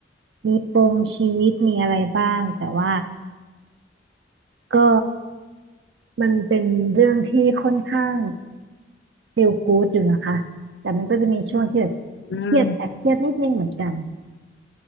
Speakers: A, on the right (about 65°); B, on the left (about 65°).
A: มีปมชีวิตมีอะไรบ้างแต่ว่า ก็มันเป็นเรื่องที่ค่อนข้าง feel good อยู่นะคะแต่มันก็จะมีช่วงที่แบบ
B: อืม
A: เครียดแอบเครียดนิดนึงเหมือนกัน